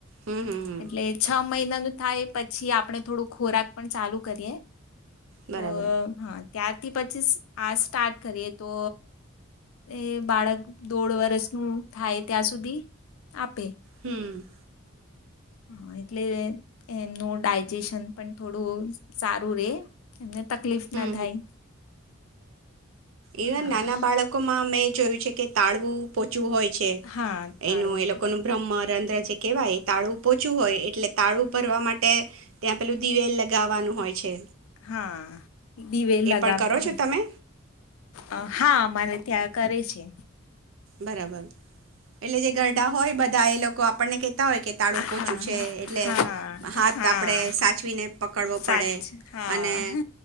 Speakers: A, on the right; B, on the left.
A: હમ હમ હમ
B: લાચા મૈં અને થાય પછી આપણે થોડુંક ખોરાક પણ ચાલુ કરીએ.
A: બરાબર
B: તો હા, ત્યારથી પછી આ સ્ટાર્ટ કરીએ તો એ બાળક દોઢ વર્ષનું થાય ત્યાં સુધી આપે.
A: હમ્મ.
B: હા, એટલે એમનો ડાય જેશન પણ થોડું સારું રે અને તકલીફ
A: હમ
B: ના થાય.
A: ઈવન
B: હા
A: નાના બાળકો મા મે જોયું છે કે, તાળવું પોચું હોય.
B: હા, તાળું
A: એનું એ લોકો નું બ્રહ્મમ રદ્ર કેવાય તાળવુ પોચું હોય એટલે તાળવુ ભરવા માટે ત્યાં પેલું દિવેલ લગાવાનું હોય છે.
B: હા. દિવેલ
A: એ
B: લગાવતા
A: પણ કરો
B: હોય.
A: છો તમે
B: અ હા અમાર ત્યાં કરે છે.
A: બરાબર એટલે જે ગરડા હોય બધ એ લોકો આપણને કેતા હોય કે તાળવુ પોચું
B: હા
A: છે એટલે
B: હા
A: હાથ
B: હા
A: આપણે સાચવીને પકડવો
B: સાચું
A: પડે
B: હા
A: અને